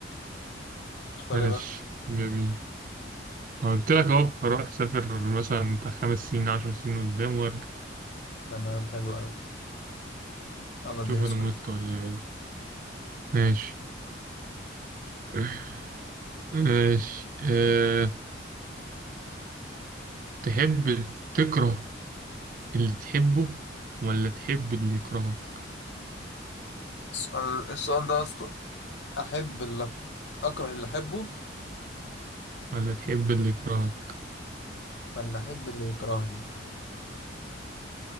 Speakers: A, on the left (about 65°); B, on the right (about 45°).
A: تختار
B: ماشي
A: ايه بقى
B: جميل قلت لك اهو اروح اسافر مثلا بتاع خمس سنين عشر سنين قدام وارجع
A: تمام حلو قوي يلا
B: شوف
A: اديني
B: انا
A: سؤال
B: مت ولا ايه ماشي <laughs> ماشي أه... تحب تكره اللي تحبه ولا تحب اللي يكرهك
A: السؤال السؤال ده اصلا احب اللي اكره اللي احبه
B: ولا تحب اللي يكرهك
A: ولا احب اللي يكرهني